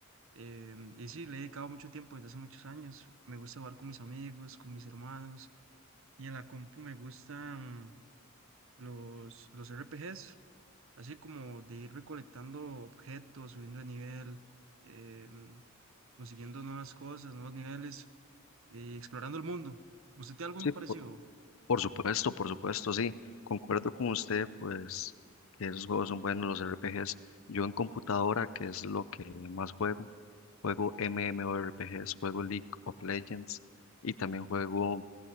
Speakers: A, on the right (about 65°); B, on the left (about 65°).
A: Em, y sí, le he dedicado mucho tiempo desde hace muchos años. Me gusta jugar con mis amigos, con mis hermanos. Y en la compu me gustan los, los RPGs. así como de ir recolectando objetos, subiendo de nivel, em, consiguiendo nuevas cosas, nuevos niveles y explorando el mundo. ¿Usted tiene alguno
B: Sí,
A: parecido?
B: por, por supuesto, por supuesto, sí, concuerdo con usted, pues que esos juegos son buenos, los RPGs. Yo en computadora, que es lo que más juego, juego MMORPGs, juego League of Legends y también juego